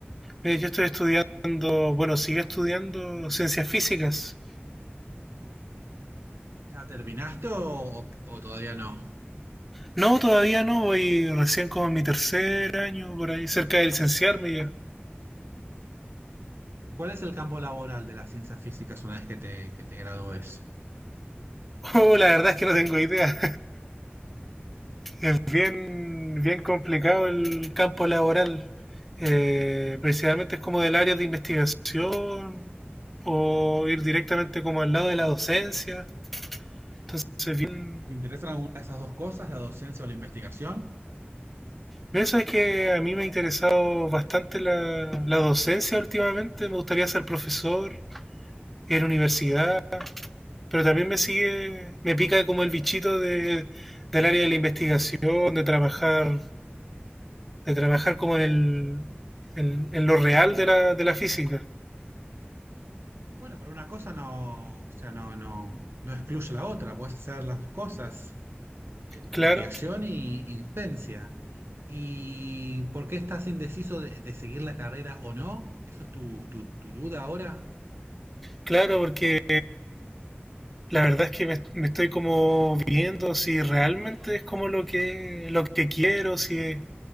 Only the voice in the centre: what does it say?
Mira, yo estoy estudiando, bueno, sigo estudiando ciencias físicas.
No, todavía no, voy recién como en mi tercer año, por ahí, cerca de licenciarme ya. <laughs>
Oh, la verdad es que no tengo idea. es bien, bien complicado el campo laboral. Eh, principalmente es como del área de investigación o ir directamente como al lado de la docencia. Entonces, bien...
Eso es que a mí me ha interesado bastante la, la docencia últimamente. Me gustaría ser profesor en universidad, pero también me sigue, me pica como el bichito de, del área de la investigación, de trabajar, de trabajar como en, el, en, en lo real de la, de la física.
Claro,
claro, porque la verdad es que me, me estoy como viendo si realmente es como lo que, lo que quiero, si,